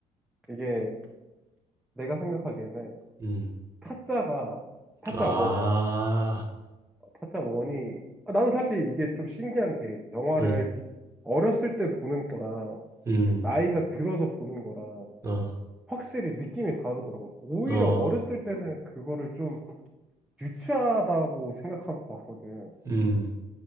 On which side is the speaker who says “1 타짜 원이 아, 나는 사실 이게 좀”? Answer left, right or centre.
Centre